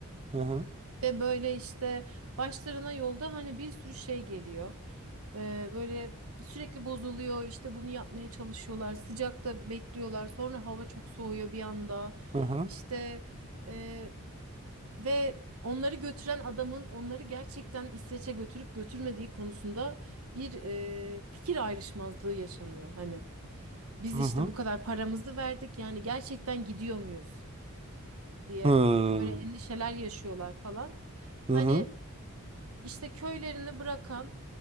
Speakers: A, on the right; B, on the right.
A: Hı hı.
B: Ve böyle işte başlarına yolda hani bir sürü şey geliyor. Ee, böyle sürekli bozuluyor. İşte bunu yapmaya çalışıyorlar. Sıcakta bekliyorlar. Sonra hava çok soğuyor bir anda.
A: Hı hı.
B: İşte... Ee, Ve onları götüren adamın onları gerçekten İsveç'e götürüp götürmediği konusunda bir e, fikir ayrışmazlığı yaşanıyor. Hani biz
A: Hı
B: işte
A: hı.
B: bu kadar paramızı verdik yani gerçekten gidiyor muyuz diye
A: Hmm.
B: böyle endişeler yaşıyorlar falan. Hani
A: Hı hı.
B: işte köylerini bırakan